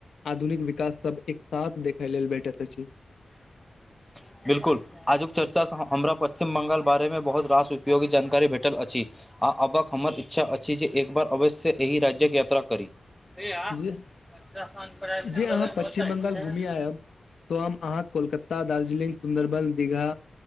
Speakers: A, on the left; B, in the centre.
A: आधुनिक विकास सब एक साथ देखै लेल भेटैत अछि
B: आ <inaudible> बिलकुल आजुक चर्चासँ हमरा पश्चिम ब्ंगाल बारेमे बहुत रास उपयोगी जानकारी भेटल अछि आ अबक हमर इच्छा अछि जे एक बार अवश्य एहि राज्यक यात्रा करी हय अलट्रासाउंड
A: जे
B: प
A: जे अहाँ
B: बगलमे
A: पश्चिम
B: रह
A: बंगाल
B: छी
A: घूमि
B: त <inaudible>
A: आयब तो हम अहाँ कोलक दार्जिलिंग सुन्दरबन दीघा